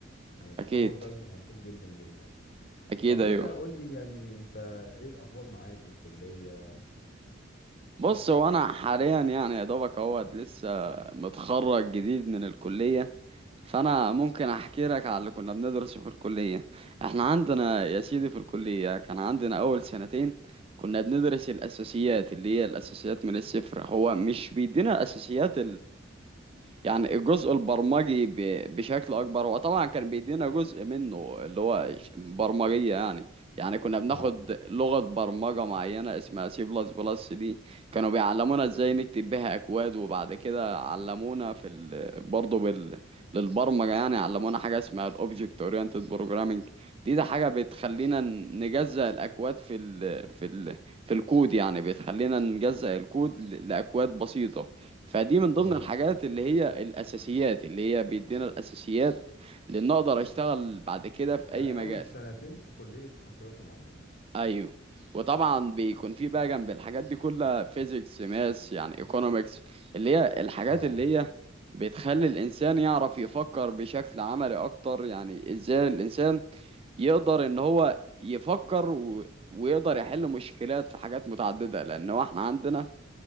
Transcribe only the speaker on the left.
يعني في
السفر ده بيبقى مطلوب جدا جدا
طب
انت قول لي يعني انت ايه الاخبار معاك الكلية
اه
كويس
ده
اول سنتين في كلية حاسبات ومعلومات
اه